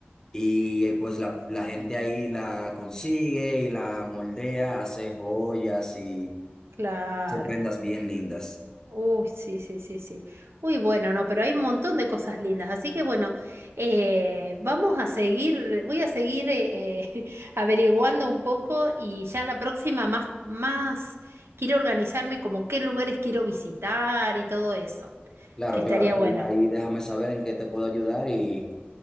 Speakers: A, on the left (about 15°); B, on the right (about 75°).
A: Y eh, pues la, la gente ahí la consigue y la moldea, hace joyas y
B: claro.
A: se prendas bien lindas.
B: Uy, sí, sí, sí, sí. Uy, bueno, no, pero hay un montón de cosas lindas. Así que bueno, eh, vamos a seguir, voy a seguir eh, eh, <laughs> averiguando un poco y ya la próxima más, más quiero organizarme como qué lugares quiero visitar y todo eso,
A: Claro,
B: que estaría
A: claro, tú
B: bueno.
A: ahí déjame saber en qué te puedo ayudar y...